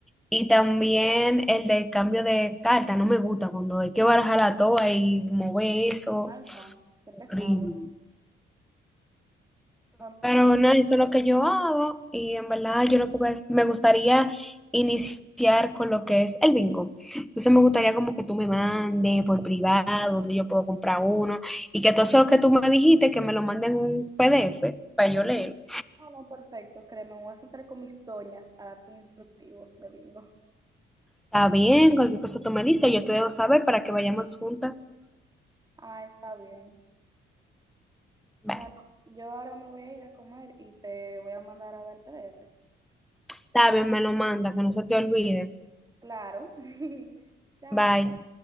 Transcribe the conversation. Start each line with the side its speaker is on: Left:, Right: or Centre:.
Centre: Y también el de cambio de carta, no me gusta cuando hay que barajar la toa y mover eso.
Right: ay, no, qué
Centre: Horrible.
Right: pesado. Para
Centre: Pero
Right: mí,
Centre: no, eso es lo que yo hago y en verdad yo lo que me me gustaría iniciar con lo que es el bingo. Entonces me gustaría como que tú me mandes por privado, donde yo puedo comprar uno y que todo eso que tú me dijiste, que me lo manden en un PDF para yo leer.
Right: no, no, perfecto, créeme, me voy a sentar con mis toñas a darte un instructivo de bingo.
Centre: Está bien, cualquier cosa tú me dices, yo te dejo saber para que vayamos juntas.
Right: Ah, está bien.
Centre: Bye.
Right: Bueno, yo ahora me voy a ir a comer y te voy a mandar ahora el PDF.
Centre: Está bien, me lo manda, que no se te olvide.
Right: Claro. <laughs> Chao.
Centre: Bye.